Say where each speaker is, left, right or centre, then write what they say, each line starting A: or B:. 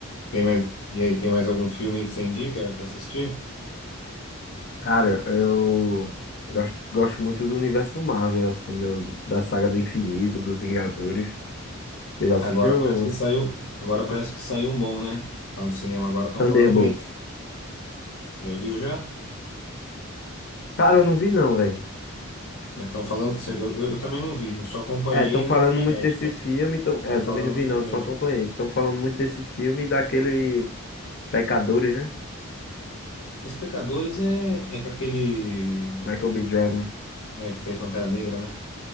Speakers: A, on the left; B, on the left.
A: Tem mais, e aí, tem mais algum filme aí que você indica pra assistir?
B: Cara, eu gosto, gosto muito do universo Marvel, assim, do- da saga do infinito, dos Vingadores. Você já assistiu
A: Agora parece que saiu, agora parece que saiu um bom, né? Tá no cinema agora, estão
B: Thunderbolts?
A: falando bem. Já viu já?
B: Cara, eu não vi não, velho.
A: Mas estão falando, eu, eu, eu também não vi, eu só acompanhei
B: É, estão falando
A: na internet,
B: muito desse
A: mas
B: filme, tão... é,
A: estão
B: eu
A: falando
B: também não
A: muito
B: vi não, eu
A: bem.
B: só acompanhei. Estão falando muito desse filme e daquele Pecadores, né?
A: Esse Pecadores é, é com aquele,
B: Michael B. Jordan.
A: é, que fez Pantera Negra, né?